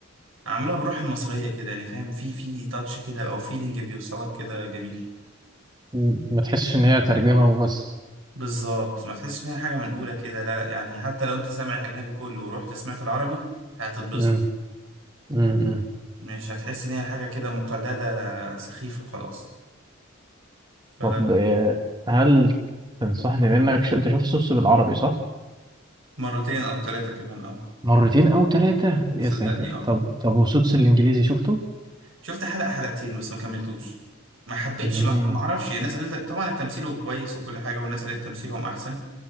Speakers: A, on the right; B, on the right.
A: عملوها بروح المصرية كده يعني فاهم في في تاتش كده أو فيلينج بيوصلك كده جميل
B: مم. ما تحسش ان هي ترجمه وبس
A: بالظبط ما تحسش إن هي حاجة منقولة كده لا لا يعني حتى لو أنت سامع الأجنبي كله ورحت سمعت العربي هتتبسط
B: مم. مم.
A: مش هتحس إن هي حاجة كده مقلدة سخيفة وخلاص فلا
B: طب
A: لا
B: آه، هل تنصحني بانك ش... انت شفت سوتس بالعربي صح؟
A: مرتين أو ثلاثة كمان اه
B: مرتين او ثلاثة يا
A: ده صدقني
B: ساتر
A: اه
B: طب طب وسوتس الانجليزي شفته
A: شفت حلقة حلقتين بس ما كملتوش ما حبيتش
B: مم.
A: ما ما اعرفش الناس قالت لك طبعا التمثيل هو كويس وكل حاجة والناس قالت تمثيلهم احسن